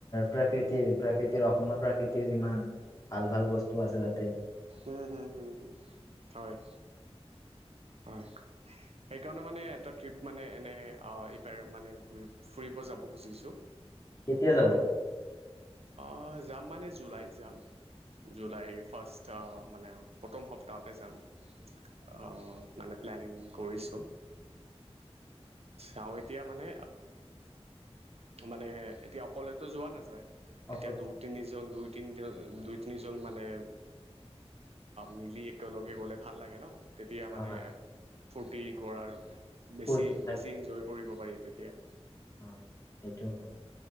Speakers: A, on the left (about 30°); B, on the right (about 70°).
A: প্ৰাকৃতিৰ প্ৰাকৃতিৰ অসমৰ প্ৰাকৃতিৰ যিমান ভাল ভাল বস্তু আছে দাত
B: উম হম হম হ হয় হয় সেইকাৰণে মানে এটা ট্ৰিপ মানে এনে এইবাৰ মানেৰি ফুৰিব যাব খুজিছো
A: কেতিয়া যাব
B: অঁ যাম মানে জুলাইত যাম জুলাইৰ ফাৰ্ষ্ট মানে প্ৰথম সপ্তাহতে যাম অ মানে প্লেনিং কৰিছো আহ এতিয়া মানে মানে এতিয়া অকলেতো যোৱা নাযায় এতিয়া
A: অকল
B: দুই তিনিজন দুই তিনিজন দুই তিনিজন মানে মিলি একেলগে গ'লে ভাল লাগে ন তেতিয়া মানে
A: হয়
B: ফূৰ্তি কৰাৰ বেছি
A: ফূৰ্তি থাকে
B: বেছি এনজয় কৰিব পাৰি তেতিয়া
A: হয় সেইটো হয়